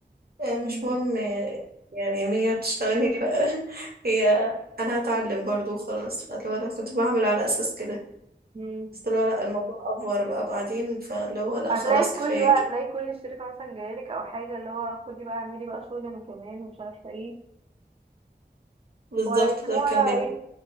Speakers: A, on the right (about 60°); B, on the right (about 35°).
A: آه، مش
B: مم.
A: مهم آه، يعني ان هي تشتغلني لا <laughs> هي انا هتعلم برضو وخلاص فاللي هو انا كنت بعمل على اساس كده
B: مم.
A: بس اللي هو لا الموضوع افور بقى بعدين فاللي هو لا
B: هتلاقي
A: خلاص كفايه
B: كل بقى
A: كده
B: هتلاقي كل الشركة مثلا جايلك أو حاجة اللي هو خدي بقى اعملي بقى شغل أنا كمان ومش عارفة ايه
A: بالظبط
B: ويكتبوها
A: ده كان بي
B: ايه